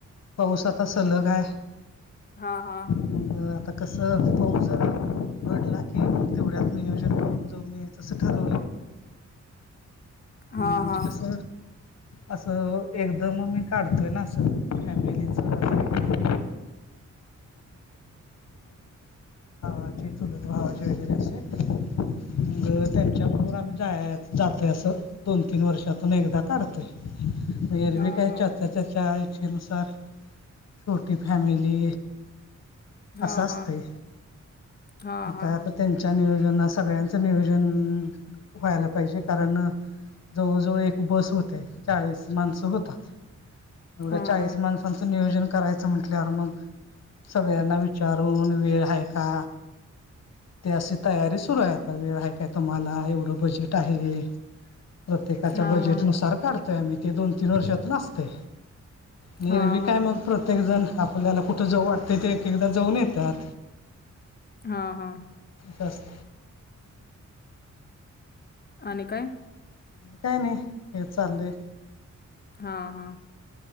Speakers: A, on the left (about 60°); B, on the left (about 35°).
A: पाऊस आता सलग आहे
B: हा हा
A: म आता कसं पाऊस झा घडला क तेवढ्यात नियोज करूनऊन याचं अस ठरव
B: हा
A: आ
B: हा
A: स असं एकदम आम्ही काढतोय ना असं फॅमिलीच अस चे चुलत ववाचे वगैरे असे मग त्यांच्याबरोबर आम्ही जा जातोय असं दोन तीन वर्षातून एकदा काढतोय मगरवीी
B: हा
A: काय
B: हा
A: चर्चा चचा शक्षेनुसार छोटी फॅमिली असं
B: हा
A: असते
B: हा हा हा
A: का आता त्यांच्या नियोजना सगळ्यांचं नियोजन व्हायला पाहिजे कारण जवळजवळ एक बस होते चाळीस माणसं होतात एवढाचाळीसण
B: हा हा
A: त्यांचं नियोजन करायचं म्हंटल्यावर मग सगळ्यांना विचारून वेळ हय का ते अशी तयारी सुरू आहेत आ वेळ आहे काय तुम्हाला एवढं बजेट आहे प्रत्येकाच्या
B: हा
A: बजेट
B: हा
A: नुसार काढ तो आम्ही ते दोन तीन वर्षात नाचते निरवी
B: हा हा
A: काय मग प्रत प्रत्येक जण आपल्याला कुठं जव वाटते ते एक एकदा जऊन येतात
B: हा हा
A: स्त
B: आणि काय
A: काय नाही हेच चाललंय
B: हा हा